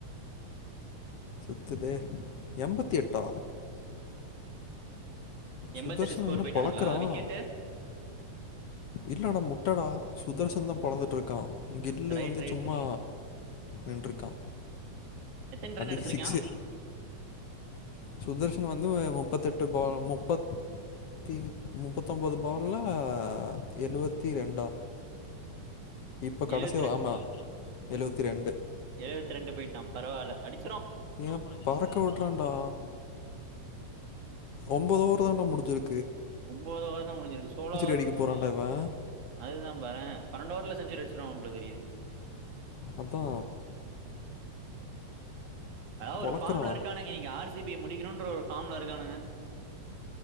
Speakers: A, on the left (about 65°); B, on the right (about 75°).
A: சுத்துதே எம்பத்தி எட்டா
B: எம்பத்தெட்டு
A: சுதர்ஷன்
B: ஸ்கோர்
A: என்ன
B: போய்ட்டானுங்களா
A: பழக்கிறான்
B: விக்கெட்டு
A: இல்லடா முட்டடா சுதர்ஷன்தா பொலந்துட்டுருக்கா கில்லு
B: ரைட்
A: வந்து
B: ரைட்
A: சும்மா
B: ரைட்
A: நின்ருக்கா
B: எத்தன ரன்
A: அடி
B: எடுத்திருக்கா
A: சிக்ஸு சுதர்ஷ் னு வந்து முப்பத்தெட்டு பால் முப்பத் தி முப்பத்தொன்பது பால்ல ஆ எழுவத்தி ரெண்டா இப்ப கடைசி
B: எழுவத்தி ரெ
A: ஆமா எழுவத்தி ரண்டு
B: எழுவத்தி ரண்டு போய்ட்டா பரவால்ல அடி
A: ஏப் பறக்க உட்றாண்டா ஒம்போது ஓவர் தாண்டா முடிஞ்சிரு
B: ஒம்போது ஓவர்தா முடிஞ்சிருக்கு சோளோ
A: அடிக்க போகிறான்டா இவன்
B: அதுதா பாறே பண்ணண்டு ஓவர்ல செஞ்சுரி அடிச்சிருவா போல தெரிது
A: அதா
B: அதா
A: பொழக்கிறான்
B: ஒரு ஃபாம்ல இருக்கானுங்க இன்னிக்கு ஆர் சி பி ய முடிக்கணும்ன்ற ஒரு ம்ல இருக்கானுங்க